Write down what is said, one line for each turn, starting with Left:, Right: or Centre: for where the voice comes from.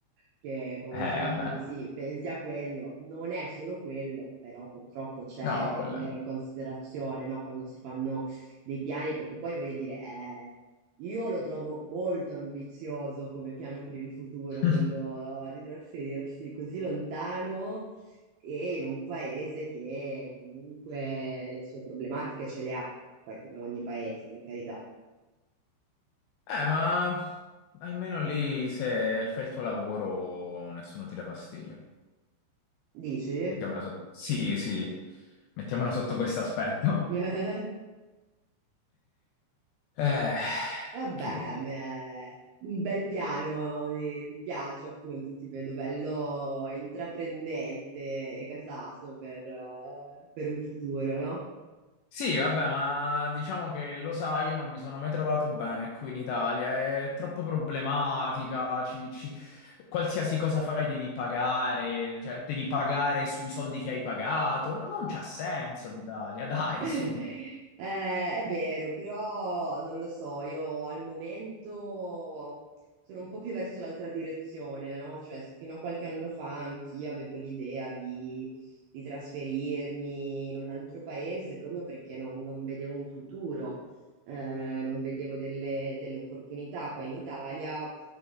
Right: che come
Left: Eh,
Right: dicevi
Left: vabbè.
Right: tu, sì, pensi a quello, non è solo quello, però purtroppo c'è
Left: No,
Right: da
Left: quella...
Right: tenere in considerazione, no? Quando si fanno dei piani, perché poi voglio dire, eh, io lo trovo molto ambizioso come piano per il futuro,
Left: <laughs>
Right: quello eh, di trasferirsi così lontano e in un paese che comunque le sue problematiche ce le ha, poi come ogni paese, per carità.
Left: Eh, ma almeno lì se fai il tuo lavoro nessuno ti dà fastidio.
Right: Dici?
Left: Mettiamola sotto. Sì, sì, mettiamola sotto questo aspetto.
Right: <laughs>
Left: Eh,
Right: Vabbè,
Left: che dire.
Right: beh, un bel piano, mi, mi piace appunto, ti vedo bello intraprendente e gasato per, eh, per un futuro, no?
Left: Sì, vabbè, ma diciamo che lo sai, io non mi sono mai trovato bene qui in Italia, è troppo problematica, ci- ci- qualsiasi cosa fai devi pagare, cioè devi pagare sui soldi che hai pagato, No- non c'ha senso l'Italia, dai,
Right: Eh,
Left: su.
Right: è vero, però non lo so, io al momento sono un po' più verso l'altra direzione, no? Cioè, se fino a qualche anno fa anch'io avevo l'idea di, di trasferirmi in un altro paese proprio perché non, non vedevo un futuro, eh, non vedevo delle, delle opportunità qua in Italia.